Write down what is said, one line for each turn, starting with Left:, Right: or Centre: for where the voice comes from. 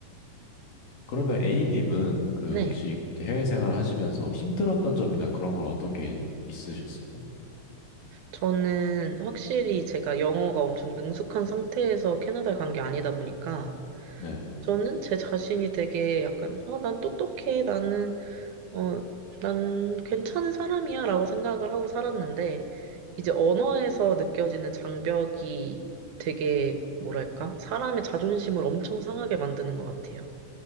Left: 그러면 A님은 그
Right: 네.
Left: 혹시 그럼 이제 해외 생활 하시면서 힘들었던 점이나 그런 건 어떤 게 있으셨어요?
Right: 저는 확실히 제가 영어가 엄청 능숙한 상태에서 캐나다에 간 게 아니다 보니까
Left: 네,
Right: 저는 제 자신이 되게 약간, 어, 난 똑똑해. 나는 어, 난 괜찮은 사람이야 라고 생각을 하고 살았는데, 이제 언어에서 느껴지는 장벽이 되게, 뭐랄까, 사람의 자존심을 엄청 상하게 만드는 것 같아요.